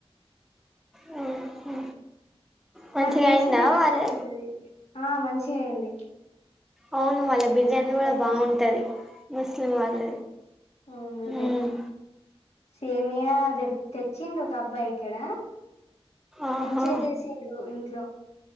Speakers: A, in the centre; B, on the left.
A: మ్ హు మంచిగా
B: వాళ్ళు చేసింది
A: అయిందా
B: మంచిగా
A: వాళ్ళ
B: ఉంటది ఆ మంచిగ అయింది
A: అవును వాళ్ళ బిర్యానీ
B: మంచిగా సెలబ్రేషన్స్
A: కూడా బాగుంటది ముస్లిం వాళ్ళది
B: అవునదే
A: ఉమ్
B: సేమియా అది తెచ్చిండు ఒక అబ్బాయి ఇక్కడ
A: ఆహా
B: మంచిగా చేసిండ్లు ఇంట్లో